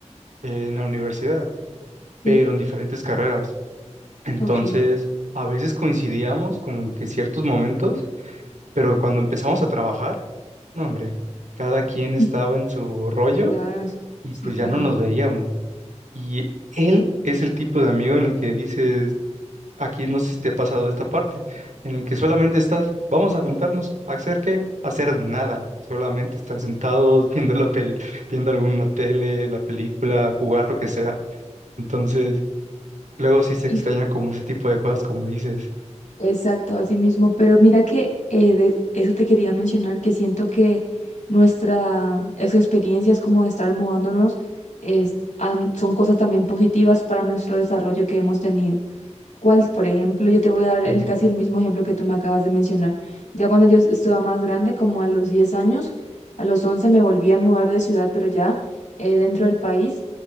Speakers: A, on the right; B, on the left.
A: eh, en la universidad,
B: sí,
A: pero en diferentes carreras. Entonces,
B: ok.
A: a veces coincidíamos como que ciertos momentos, pero cuando empezamos a trabajar, no, hombre, cada quien estaba
B: <laughs>
A: en su rollo
B: Claro, es-
A: y
B: sí,
A: pues
B: claro.
A: ya no nos veíamos. Y él es el tipo de amigo en el que dices, aquí no sé si te ha pasado esta parte, en el que solamente estás, vamos a juntarnos, ¿a hacer qué? A hacer nada, solamente estar sentados <laughs> viendo la pel viendo alguna tele, la película, jugar lo que sea. Entonces, luego sí se extraña
B: Ujú.
A: como ese tipo de cosas, como dices.
B: Exacto, así mismo. Pero mira que eh, de eso te quería mencionar, que siento que nuestras experiencias como de estar mudándonos es, han- son cosas también positivas para nuestro desarrollo que hemos tenido cuál, por ejemplo, yo te voy a dar el,
A: Y,
B: casi el mismo ejemplo que tú me acabas de mencionar. Ya cuando yo estaba más grande, como a los 10 años, a los 11 me volví a mudar de ciudad, pero ya eh, dentro del país,